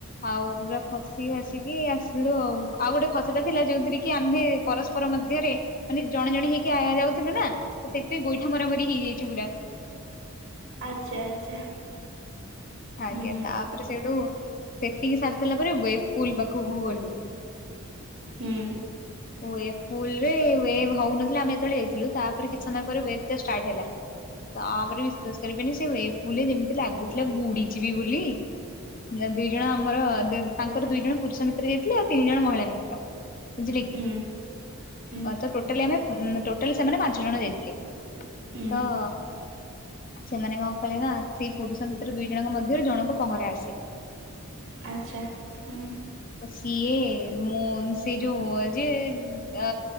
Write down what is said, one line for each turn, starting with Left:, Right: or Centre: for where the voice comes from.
Left: ଆଉ ପୁରା ଖସି ଆସି ଆସିକି ଆସିଲୁ ଆଉ ଆଉ ଗୋଟେ ଖସଡ଼ା ଥିଲା ଯୋଉଥିରେ କି ଆମ୍ଭେ ପରସ୍ପର ମଧ୍ୟରେ ମାନେ ଜଣେ ଜଣେ ହେଇକି ଆ ଯାଉଥିଲୁ ନା ତ ସେଥିପାଇଁ ଗୋଇଠା ମରାମରି ହେଇଯାଇଛୁ ପୁରା
Right: ଆଚ୍ଛା ଆଚ୍ଛା।
Left: ଆଜ୍ଞା
Right: ହୁଁ
Left: ତାପରେ ସେଇଠୁ ସେତିକି ସାରି ସାରିଲା ପରେ ୱେଇଥ ପୁଲ୍ ପାଖକୁ ଗଲୁ।
Right: ହୁଁ।
Left: ହୁଏ ପୁଲରେ ୱେବ୍ ହଉନଥିଲା ଆମେ ଯେତେବେଳେ ଯାଇଥିଲୁ ତାପରେ କିଛି ସମୟ ପରେ ୱବ୍ ଷ୍ଟାଟ୍ ହେଲା। ତାପରେ ବିଶ୍ୱାସ କରିବେନି ସେ ୱେବ୍ ପୁଲ୍ ରେ ଯେମିତି ଲାଗୁଥିଲା ବୁଡିଯିବି ବୋଲି ନା ଦୁଇ ଜଣ ଆମର ଦେ ତାଙ୍କର ଡୁଇ ଜଣ ପୁରୁଷ ମିତ୍ର ଯାଇଥିଲେ ଆଉ ତିନି ଜଣ ମହିଳା ମିତ୍ର। ବୁଝିଲେ କି।
Right: ହୁଁ। ହୁଁ
Left: ଅ ତ ଟୋଟାଲି ଆମେ ଟୋଟାଲି ସେମାନେ ପାଞ୍ଚ ଜଣ ଯାଇଥିଲେ
Right: ହୁଁ
Left: ତ ସେମାନେ କଣ କଲେ ନା ସେଇ ପୁରୁଷ ମିତ୍ର ଦୁଇ ଜଣଙ୍କ ମଧ୍ୟରେ ଜଣଙ୍କୁ ପହଁରା ଆସେ <inaudible>
Right: ଆଚ୍ଛା ହୁଁ।
Left: ଓ ସିଏ ମୋନସ ସେ ଯୋ ଯିଏ ଅ